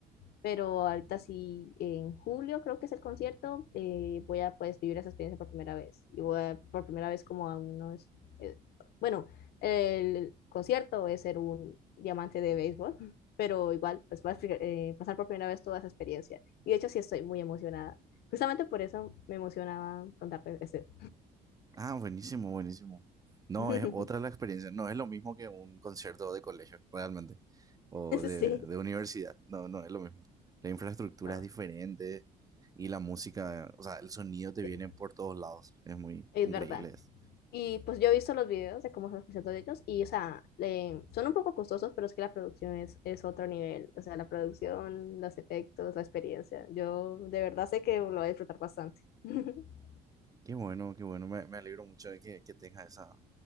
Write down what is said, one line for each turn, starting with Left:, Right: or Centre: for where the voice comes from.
Left: pero ahorita sí, en julio creo que es el concierto, eh, voy a pues vivir esa experiencia por primera vez y voy a- por primera vez como a unos, eh, bueno, el concierto es ser un diamante de béisbol, pero igual pues voy a eh, pasar por primera vez toda esa experiencia y de hecho sí estoy muy emocionada. Justamente por eso me emocionaba contarte este.
Right: Ah, buenísimo, buenísimo. No,
Left: <laughs>
Right: es otra la experiencia. No es lo mismo que un concierto de colegio, realmente. O de,
Left: Sí,
Right: de universidad. No, no es lo mismo. La infraestructura
Left: ah,
Right: es diferente y la música, o sea, el sonido te
Left: sí,
Right: viene por todos lados. Es muy
Left: es
Right: increíble
Left: verdad.
Right: eso.
Left: Y pues yo he visto los videos de cómo son los conciertos de ellos y, o sea, eh, son un poco costosos, pero es que la producción es, es otro nivel. O sea, la producción, los efectos, la experiencia. Yo de verdad sé que lo voy a disfrutar bastante. <laughs>
Right: Qué bueno, qué bueno. Me, me alegro mucho de que, que tengas esa,